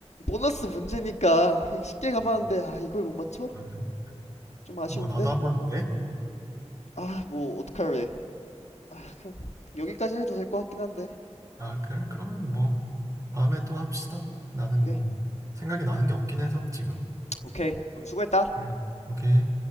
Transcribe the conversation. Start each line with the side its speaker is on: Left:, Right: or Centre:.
Left: 보너스 문제니까 그냥 쉽게 가봤는데
Right: 음,
Left: 아 이걸 못 맞춰?
Right: 그러면
Left: 좀 아쉬운데
Right: 뭐, 나도 한번, 예?
Left: 아 뭐 어떡할래 아 여기까지 해도 될 것 같긴 한데
Right: 아, 그래? 그러면 뭐, 다음에 또 합시다. 나는
Left: 오케이
Right: 뭐, 생각이 나는 게 없긴 해서, 지금.
Left: 오케이 그럼 수고했다
Right: 그래? 오케이.